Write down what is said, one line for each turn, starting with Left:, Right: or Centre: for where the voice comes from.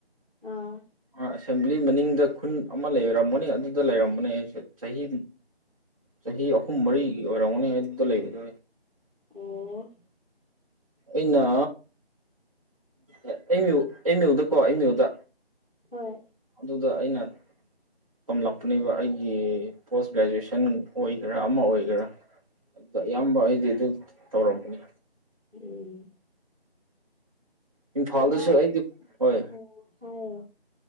Centre: ꯑꯥ
Right: ꯑꯦꯁꯦꯝꯕ꯭ꯂꯤ ꯃꯅꯤꯡꯗ ꯈꯨꯟ ꯑꯃ ꯂꯩꯔꯝꯒꯅꯤ ꯑꯗꯨꯗ ꯂꯩꯔꯝꯕꯅꯦ ꯑꯩꯁ‌ꯦ ꯆꯍꯤ ꯆꯍꯤ ꯑꯍꯨꯝ ꯃꯔꯤ ꯑꯣꯏꯔꯝꯒꯅꯤ ꯑꯗꯨꯗ ꯂꯩꯕꯗꯣ
Centre: ꯑꯣ
Right: ꯑꯩꯅ ꯑ ꯑꯦꯝ ꯌꯨ ꯑꯦꯝꯌꯨꯗꯀꯣ ꯑꯦꯝ ꯌꯨꯗ
Centre: ꯍꯣꯏ
Right: ꯑꯗꯨꯗ ꯑꯩꯅ ꯇꯝꯂꯛꯄꯅꯦꯕ ꯑꯩꯒꯤ ꯄꯣꯁ ꯒ꯭ꯔꯦꯖꯨꯏꯁꯟ ꯑꯣꯏꯒꯦꯔꯥ ꯑꯃ ꯑꯣꯏꯒꯦꯔꯥ ꯑꯗ ꯑꯌꯥꯝꯕ ꯑꯩꯗꯤ ꯑꯗꯨ ꯇꯧꯔꯝꯕꯅꯤ
Centre: ꯎꯝ
Right: ꯏꯝꯐꯥꯜꯗꯁꯨ
Centre: ꯑꯗꯣ ꯑꯣ
Right: ꯑꯩꯗꯤ ꯍꯣꯏ
Centre: ꯍꯥꯏ